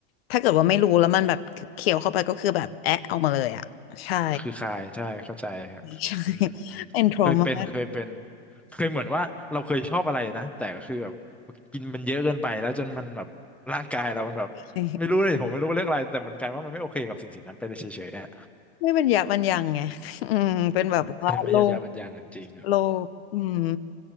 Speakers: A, on the left (about 65°); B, in the centre.
A: ถ้าเกิดว่าไม่รู้แล้วมันแบบเคี้ยวเข้าไปก็คือแบบแอะเอามาเลยอ่ะใช่
B: คือคายใช่เข้าใจครับอืม
A: ใช่ <laughs> เป็นโทรมา
B: เคยเป็นเคยเป็นเคยเหมือนว่าเราเคยชอบอะไรนะแต่ก็คือแบบกินมันเยอะเกินไปแล้วจนมันแบบร่างกายเรามันแบบไม่รู้เลยผมไม่รู้ว่าเรื่องอะไรแต่มันกลายว่ามันไม่โอเคกับสิ่งสิ่งนั้นไปเลยเฉยๆอ่ะ
A: <laughs> ใช่ <laughs> ไม่เป็นยบมันยังไง <laughs> อืมเป็นแบบว่าโลก
B: ไม่ยอมยับมังยังจริงครับ
A: โลกอืม